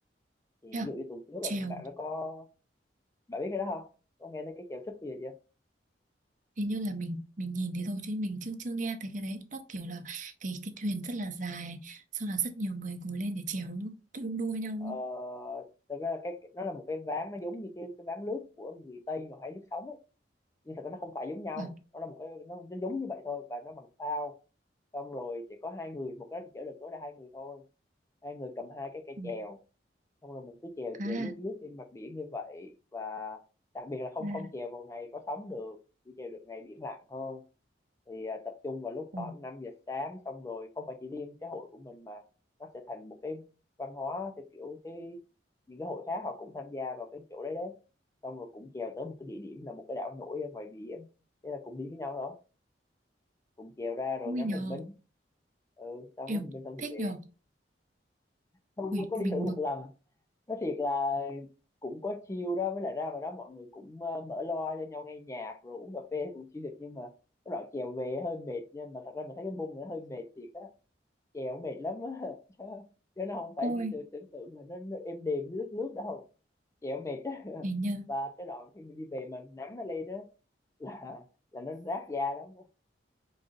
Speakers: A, on the left; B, on the right.
A: thì ví
B: thế à?
A: dụ như tuần trước
B: trèo
A: là tụi bạn nó có bạn biết cái đó không có nghe tới cái chèo súp bây giờ chưa
B: hình như là mình mình nhìn thấy rồi chứ mình chưa chưa nghe thấy cái đấy nó kiểu là cái cái thuyền rất là dài sau là rất nhiều người ngồi lên để chèo đúng không tự đu đua nhau
A: Ờ,
B: đúng
A: thực ra là cái nó là một cái ván nó giống như cái cái ván lướt của người Tây mà hay lướt sóng ấy nhưng thật ra nó không phải giống nhau
B: không?
A: nó là một cái nó, nó giống như vậy thôi và nó bằng phao xong rồi chỉ có hai người một cái thì chở được tối đa hai người thôi hai người cầm hai cái cây
B: à
A: chèo xong rồi mình cứ chèo
B: à
A: chèo lướt lướt trên mặt biển như vậy và đặc biệt là không
B: à
A: không chèo vào ngày có sóng được chỉ chèo được ngày biển lặng thôi thì à, tập trung vào lúc
B: ồ
A: khoảng năm giờ sáng xong rồi không phải chỉ riêng cái hội của mình mà nó sẽ thành một cái văn hóa theo kiểu cái những cái hội khác họ cũng tham gia vào cái chỗ đấy đấy xong rồi cũng chèo tới một cái địa điểm là một cái đảo nổi ở ngoài biển thế là cũng đi với nhau đó cũng chèo ra rồi
B: ui
A: ngắm
B: nhờ
A: bình minh ừ xong
B: yêu
A: rồi bình minh xong thì
B: thích
A: về
B: nhờ
A: không
B: ui
A: có đi
B: mình
A: thử một
B: bực
A: lần nói thiệt là cũng có chill đó với lại ra vào đó mọi người cũng ờ, mở loa cho nhau nghe nhạc rồi uống cà phê thì cũng chill được nhưng mà cái đoạn chèo về hơi mệt nha mà thật ra mình thấy cái bung này nó hơi mệt thiệt á chèo mệt lắm á <laughs> chứ, chứ nó không phải
B: ôi
A: như từ tưởng tượng là nó, nó êm đềm lướt lướt đâu chèo mệt á
B: hình
A: <laughs>
B: như
A: và cái đoạn khi mình đi về mà nắng nó lên á là là nó rát da lắm